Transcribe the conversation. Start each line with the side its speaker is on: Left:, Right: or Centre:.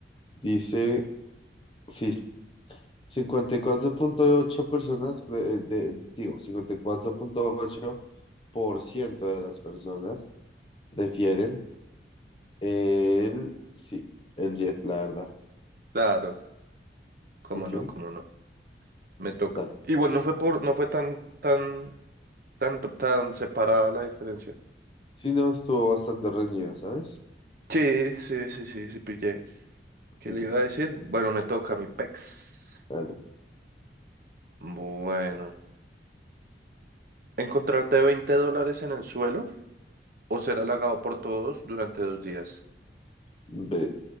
Left: Dice, sí, 54.8 personas, pre- eh, de, digo, cincuenta y cuatro punto ocho por ciento de las personas prefieren El, sí, el Jet, la verdad.
Right: Claro, cómo
Left: Ok,
Right: no, cómo no. Me toca.
Left: dale.
Right: Igual no fue por, no fue tan, tan, tan, tan separada la diferencia.
Left: Sí, no, estuvo bastante reñido, ¿sabes?
Right: Sí, sí, sí, sí, sí, pillé.
Left: Ok,
Right: ¿Qué le iba a decir? Bueno, me toca mi pex.
Left: dale.
Right: Bueno. ¿Encontrarte 20 dólares en el suelo o ser halagado por todos durante dos días?
Left: Ve,